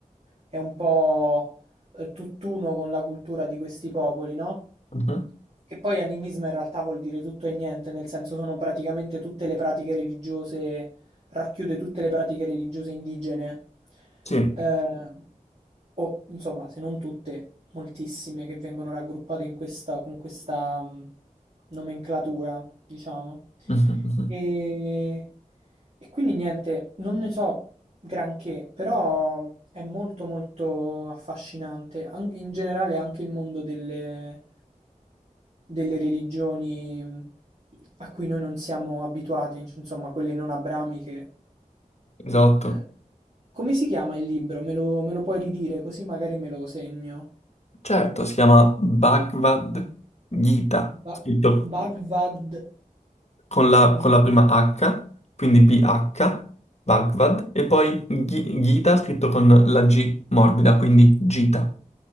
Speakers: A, on the right; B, on the left.
A: è un po' eh, tutt'uno con la cultura di questi popoli, no?
B: mhm,
A: Che poi animismo in realtà vuol dire tutto e niente, nel senso sono praticamente tutte le pratiche religiose racchiude tutte le pratiche religiose indigene,
B: Sì,
A: eh, o insomma, se non tutte, moltissime che vengono raggruppate in questa, con questa mh, nomenclatura, diciamo.
B: mhm, mhm.
A: E, e quindi niente, non ne so, Granché, però è molto molto affascinante, an- in generale anche il mondo delle, delle religioni mh, a cui noi non siamo abituati, inc- insomma quelle non abramiche.
B: Esatto.
A: Eh, come si chiama il libro? Me lo, me lo puoi ridire così magari me lo segno.
B: Certo, si chiama Bhagavad Gita,
A: Ba-
B: scritto
A: Bhagavad
B: con la, con
A: Gita.
B: la prima H, quindi BH, Bhagavad, e poi Gi- Gita scritto con la G morbida, quindi Gita.